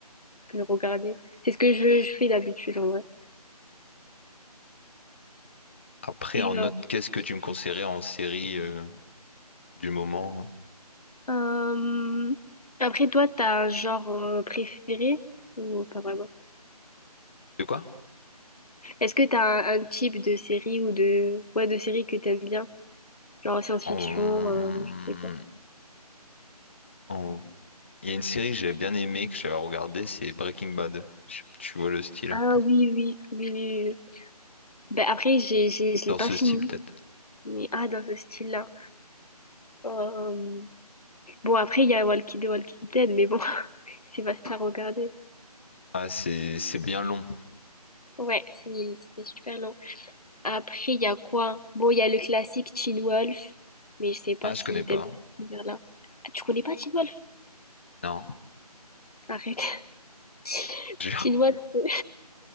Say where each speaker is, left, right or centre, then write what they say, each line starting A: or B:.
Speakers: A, on the left; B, on the left.
A: que de le regarder. C'est ce que je, je fais d'habitude en vrai.
B: Après,
A: Et
B: en autre, qu'est-ce que tu me conseillerais en série euh, du moment? euh
A: Euh, Après, toi, t'as un genre euh, préféré ou pas vraiment?
B: De quoi?
A: Est-ce que t'as un, un type de série ou de ouais de série que t'aimes bien? Genre science-fiction,
B: En...
A: euh, je sais pas.
B: en- Il y a une série que j'avais bien aimée, que j'avais regardée, c'est Breaking Bad. Je- Tu vois le style
A: Ah
B: un peu.
A: oui, oui, oui, oui. oui. Ben après, j'ai, j'ai, je l'ai
B: Dans
A: pas
B: ce
A: fini.
B: style, peut-être.
A: Mais ah, dans ce style-là. Euh, Bon, après, il y a Walkie, The Walking Dead, mais bon, <laughs> c'est vaste à regarder.
B: Ah, c'est c'est bien long.
A: Ouais, c'est c'est super long. Après, il y a quoi? Bon, il y a le classique Teen Wolf, mais je sais pas
B: Ah,
A: si
B: je connais pas.
A: t'aimes bien cet univers-là. Ah, tu connais pas Teen Wolf?
B: Non.
A: Arrête. <laughs>
B: J'ai-
A: Teen Wolf. euh,